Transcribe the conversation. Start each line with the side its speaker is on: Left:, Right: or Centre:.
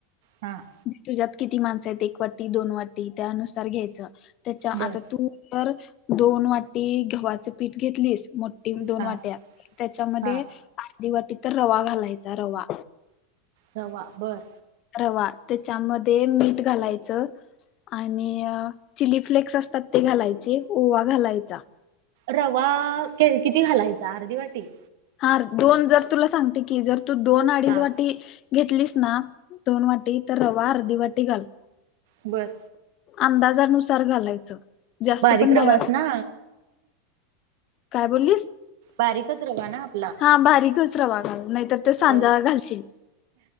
Right: हां.
Left: तुझ्यात किती माणसं आहेत एक वाटी, दोन वाटी, त्यानुसार घ्यायचं. त्याच्या
Right: बर
Left: आता तू तर दोन वाटी गव्हाचं पीठ घेतलीस. दोन
Right: हा
Left: वाट्या त्याच्यामध्ये
Right: हा
Left: आर्धी वाटी तर रवा घालायचा रवा.
Right: रवा बरं!
Left: रवा त्याच्यामध्ये मीठ घालायचं. आणि अं चिलीफ्लेक्स असतात ते घालायचे. ओवा घालायचा.
Right: रवा किती घालायचा? अर्धी वाटी.
Left: हा दोन जर तुला सांगते की जर तू दोन अडीच
Right: हा
Left: वाटी घेतलीस ना दोन वाटी तर रवा अर्धी वाटी घाल.
Right: बरं!
Left: अंदाजानुसार घालायचं. जास्त
Right: बारीक
Left: पण नाही
Right: रवास ना.
Left: काय बोललीस?
Right: बारीकच रवा ना आपला?
Left: ह बारीकच रवा घाल. नाहीतर तो सांजा
Right: तर
Left: घालशील.